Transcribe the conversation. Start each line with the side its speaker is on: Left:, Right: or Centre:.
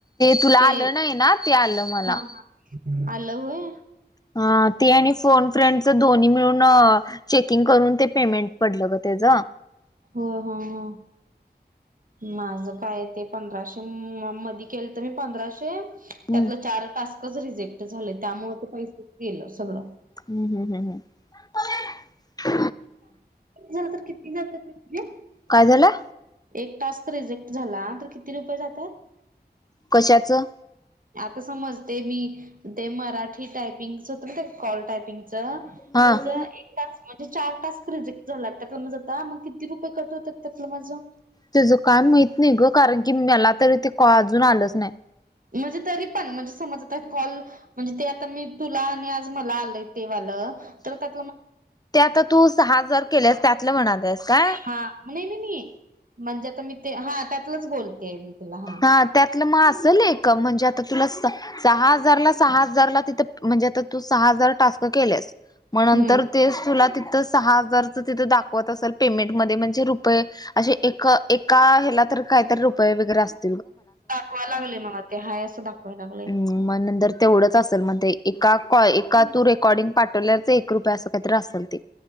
Left: तुला
Right: ते
Left: आलं नाही ना ते आलं मला
Right: हा ह आलं होय.
Left: हा ते आणि फोन फ्रेंडच दोन्ही मिळून. चेकिंग करून ते पेमेंट पडलं ग तेच
Right: हो हो ह. माझ काय ते पंधराशे मध्ये केलं तर मी पंधराशे
Left: हम्म
Right: त्यातलं चार टास्कच रिजेक्ट झालं त्यामुळे ते पैसेच गेलं सगळं.
Left: हम्म हम्म हम् हम्.
Right: झालं तर किती जात म्हणजे.
Left: काय झालं?
Right: एक तास्क रिजेक्ट झाला तर किती रुपये जातात.
Left: कशाचं.
Right: आता समज ते मी ते मराठी टायपिंगच होत ते कॉल टायपिंग त्याच.
Left: हा
Right: टास्क म्हणजे चार टास्क रिजेक्ट झाला त्यातलं आता, मग किती रुपये कट होतात त्यातलं माझं?
Left: त्याज काय माहित नाही ग, कारण की मला तरी ते अजून आलंच नाही.
Right: म्हणजे तरी पण म्हणजे समज आता, कॉल म्हणजे ते आता मी तुला आणि आज मला आलय तें वाल, तर त्यातल म
Left: तर तू सहा हजार केल्यास, त्यातलं म्हणालेस का?
Right: हा नहीं-नहि म्हणजे आता मी ते, हा त्यातलंच बोलते मी तुला हा.
Left: हा त्यातलं मग असंल एक, म्हणजे आता तुला सहा हजारला, सहा हजारला तिथं म्हणजे आता तू सहा हजार टास्क केलेस, म नंतर
Right: हम्म
Left: तेच तुला तिथं सहा हजारच तिथ दाखवत असल, पेमेंटमध्ये म्हणजे रू पये, असे एक-एका ह्याला तर काहीतरी रुपये वगैरे असत
Right: दाखवायला लागलेय मला ते हाय असं दाखवाया लागलंय.
Left: हम्म मग नंतर तेवढंच असेल मग ते, एका कॉ एका तू रेकॉर्डिंग पाठवल्याच एक रुपये अस एकत्र असल ते.